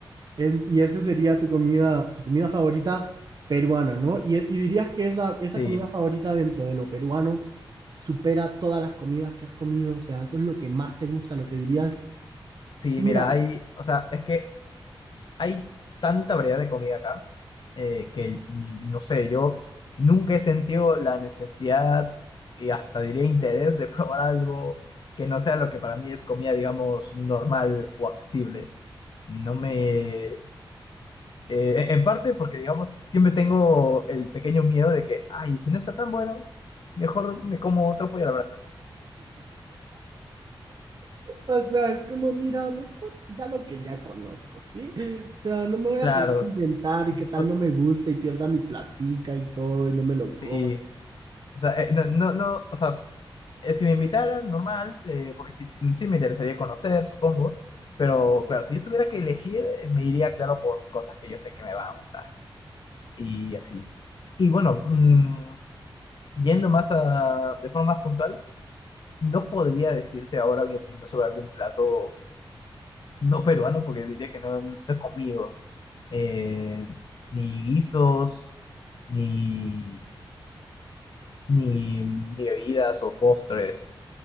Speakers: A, on the right; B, on the left.
A: En- y esa sería tu comida, tu comida favorita peruana, ¿no? Y, y dirías que esa, esa
B: Sí,
A: comida favorita dentro de lo peruano supera todas las comidas que has comido. O sea, eso es lo que más te gusta, lo que dirías.
B: sí,
A: Sí,
B: mira,
A: mira,
B: hay, o sea, es que hay tanta variedad de comida acá eh, que, mm, no sé, yo nunca he sentido la necesidad y hasta diría interés de <laughs> probar algo que no sea lo que para mí es comida, digamos, normal o accesible. No me... eh, en parte porque, digamos, siempre tengo el pequeño miedo de que, ay, si no está tan bueno, mejor me como otro pollo a la brasa.
A: O sea, es como, mira, mejor ya lo que ya conozco, ¿sí? O sea, no me voy
B: Claro,
A: a poner a inventar y qué tal
B: o-
A: no me gusta y pierda mi platica y todo y no me lo
B: sí.
A: coma.
B: O sea, eh, no, no, no, o sea, eh, si me invitaran, normal, eh, porque sí, mm, sí me interesaría conocer, supongo. Pero claro, si yo tuviera que elegir, eh, me iría, claro, por cosas que yo sé que me van a gustar. Y así. Y bueno, mm, yendo más a, de forma más puntual, no podría decirte ahora mi opinión sobre algún plato no peruano, porque diría que no, no he comido eh, ni guisos, ni, ni, ni bebidas o postres.